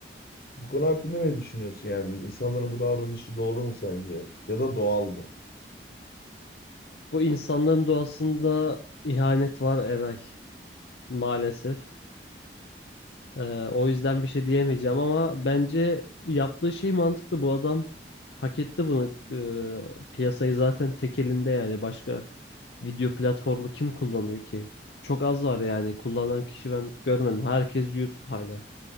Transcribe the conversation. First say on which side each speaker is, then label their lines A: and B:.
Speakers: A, on the left (about 55°); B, on the left (about 75°).
A: Bu konu hakkında ne düşünüyorsun yani? İnsanların bu davranışı doğru mu sence? Ya da doğal mı?
B: Bu insanların doğasında ihanet var Eray maalesef. Ee, o yüzden bir şey diyemeyeceğim ama bence yaptığı şey mantıklı. Bu adam hak etti bunu. Ee, piyasayı zaten tek elinde yani. Başka video platformu kim kullanıyor ki? Çok az var yani. Kullanan kişi ben görmedim. Herkes YouTube hala.